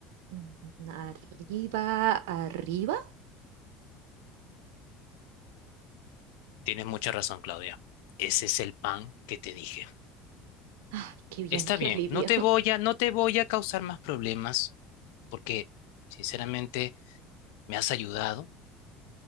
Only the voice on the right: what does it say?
Mm, Arriba, arriba.
Ay, qué bien,
qué
alivio.